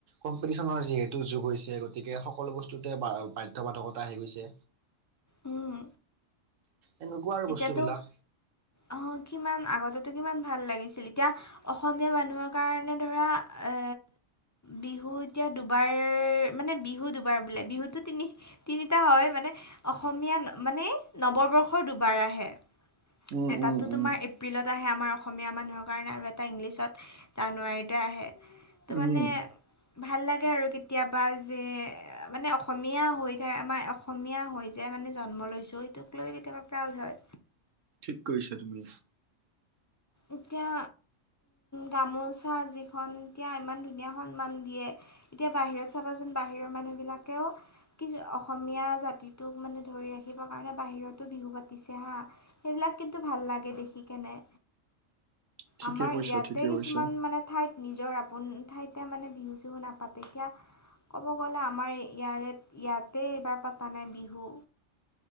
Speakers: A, on the right (about 75°); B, on the left (about 20°).
A: কম্পিটিশনৰ যিহেতু যুগ হৈছে গতিকে সকলো বস্তুতে বাধ্য বাধকতা আহি গৈছে।
B: উম।
A: এনেকুৱা আৰু
B: এতিয়াতো
A: বস্তুবিলাক
B: আহ কিমান আগতে কিমান ভাল লাগিছিল এতিয়া- অসমীয়া মানুহৰ কাৰণে ধৰা এ বিহু এতিয়া দুবাৰ মানে বিহু দুবাৰ বোলে বিহুতো তিনি তিনিটা হয় মানে অসমীয়া মানে নৱবৰ্ষৰ দু বাৰ আহে
A: উম
B: এটা
A: উম
B: টো তোমাৰ
A: উম
B: এপ্ৰিলত আহে আমাৰ অসমীয়া মানুহৰ কাৰণে আৰু এটা ইংলিছত তাৰ জানুৱাৰিতে আহে। ত মানে
A: উম
B: ভাল লাগে আৰু কেতিয়াবা যে মানে অসমীয়া হৈ থাক আমাৰ অসমীয়া হৈ যে মানে জন্ম লৈছোঁ সেইটোক লৈ কেতিয়াবা প্ৰাউড হয়।
A: ঠিক কৈছা তুমি।
B: এতিয়া গামোচা যিখন এতিয়া ইমান ধুনীয়া সন্মান দিয়ে। এতিয়া বাহিৰত চাবাচোন বাহিৰৰ মানুহবিলাকেও কি অসমীয়া জাতিটোক মানে ধৰি ৰাখিবৰ কাৰণে বাহিৰতো বিহু পাতিছে হা। সেইবিলাক কিন্তু ভাল লাগে দেখি কেনে।
A: ঠিকে
B: আমাৰ
A: কৈছা
B: ইয়াতে
A: ঠিকে
B: কিছুমান
A: কৈছা
B: মানে ঠাইত নিজৰ আপোন ঠাইতে মানে বিহু চিহু নাপাতে এতিয়া ক'ব গ'লে আমাৰ ইয়াৰে ইয়াতে এইবাৰ পতা নাই বিহু।